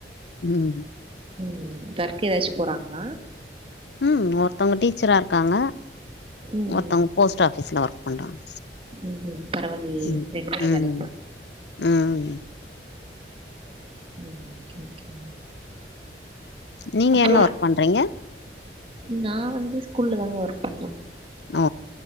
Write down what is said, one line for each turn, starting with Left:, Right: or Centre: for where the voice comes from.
Left: ம்
Right: ம் சர்க் ஏதாச்சு போறாங்களா
Left: ம் ஒர்த்தவங்க டீச்சரா இருக்காங்க
Right: ம்
Left: ஓர்த்தவங்க போஸ்ட்ஆபீஸ்ல ஒர்க் பண்றாங்க
Right: ம் ம் பரவாயில்லயே
Left: ம்
Right: ரெண்டு பேரும் வேலைக்
Left: ம்
Right: பேறா
Left: ம்
Right: ம் ஓகே ஓகே
Left: நீங்க
Right: அப்புறோ
Left: எங்க ஒர்க் பண்றீங்க
Right: நா வந்து ஸ்கூல்ல தாங்க ஒர்க் பண்லா
Left: ஓ